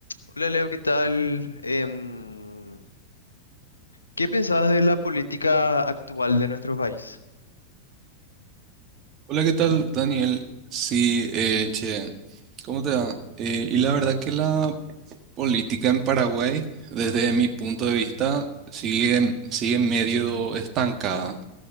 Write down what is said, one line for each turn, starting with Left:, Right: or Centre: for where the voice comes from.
Left: Hola Leo, ¿qué tal? Em, ¿qué pensás de la política actual de nuestro país?
Right: Hola, ¿qué tal, Daniel? Sí, eh, che, ¿cómo te va? Eh, y la verdad que la política en Paraguay, desde mi punto de vista, sigue, sigue medio estancada.